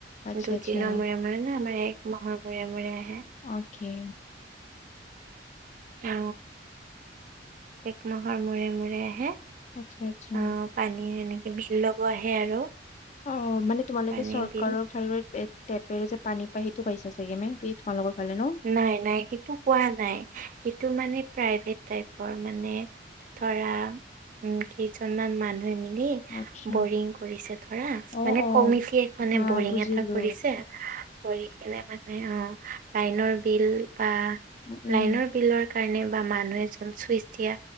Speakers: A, on the left (about 40°); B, on the right (about 50°).
A: আচ্ছা,
B: দুদিনৰ
A: আচ্ছা,
B: মূৰে- মূৰে নহয় আমাৰ এক মাহৰ মূৰে -মূৰে আহে।
A: অকে।
B: অ, একমাহৰ মূৰে-মূৰে আহে।
A: আচ্ছা- আচ্ছা।
B: অ', পানী সেনেকে বিল লব আহে আৰু।
A: অ, মানে তোমালোকে
B: পানীৰ
A: চৰকাৰৰ
B: বিল।
A: ফালৰ টেপেৰে যে পানী পায় সেইটো পাইছা চাগে <unintelligible> তোমালোকৰ ফালে ন?
B: নাই -নাই সেইটো কোৱা নাই সেটো মানে প্ৰাইভেট টাইপৰ মানে ধৰা উম, কেইজনমান মানুহে মিলি
A: আচ্ছা,
B: বৰিং কৰিছে ধৰা
A: অ',
B: মানে
A: অ',
B: কমিটি এখনে
A: হা
B: বৰিং
A: বুজিলো।
B: এটা কৰিছে। কৰি কিনে মানে অ, লাইনৰ বিল বা
A: উম, উম,
B: লাইনৰ বিলত কাৰনে বা মানুহে চুন চুইচ দিয়া,